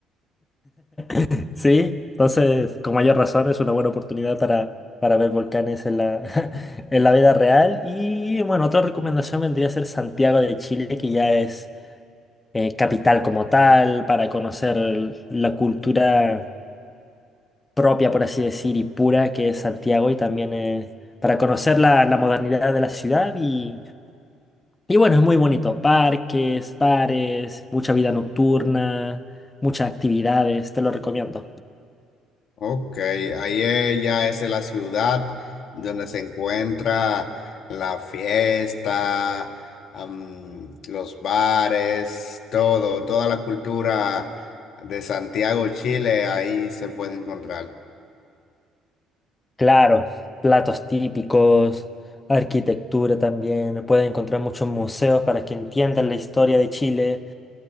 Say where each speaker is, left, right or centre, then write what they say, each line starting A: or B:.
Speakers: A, on the left; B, on the left.
A: <laughs> ¿Sí? Entonces, con mayor razón, es una buena oportunidad para, para ver volcanes en la, <laughs> en la vida real. Y bueno, otra recomendación vendría a ser Santiago de Chile, que ya es eh, capital como tal, para conocer la cultura. propia, por así decir, y pura que es Santiago y también eh, para conocer la, la modernidad de la ciudad y, y bueno, es muy bonito, parques, bares, mucha vida nocturna, muchas actividades, te lo recomiendo.
B: Ok, ahí eh, ya es la ciudad donde se encuentra la fiesta, am, los bares, todo, toda la cultura de Santiago, Chile, ahí se puede encontrar.
A: Claro, platos típicos, arquitectura también, puedes encontrar muchos museos para que entiendan la historia de Chile.